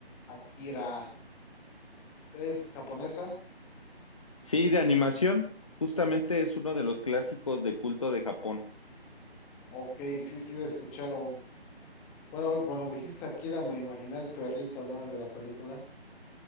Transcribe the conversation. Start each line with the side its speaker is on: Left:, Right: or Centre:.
Centre: Akira, ¿es japonesa?
Left: Sí, de animación, justamente es uno de los clásicos de culto de Japón.
Centre: Ok, sí, sí, la escucharon. Bueno, cuando dijiste Akira me imaginé el perrito, ¿no? De la película.